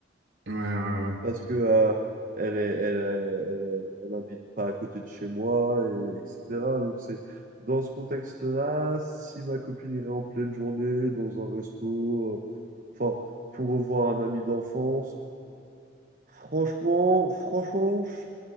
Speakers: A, on the right; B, on the right.
A: Ouais, ouais, ouais.
B: Parce que euh, elle est, elle, elle, elle, elle habite pas à côté de chez moi, et, etc. Donc, c'est dans ce contexte-là, si ma copine irait en pleine journée dans un resto, euh, enfin, pour revoir un ami d'enfance. Franchement, franchement, j-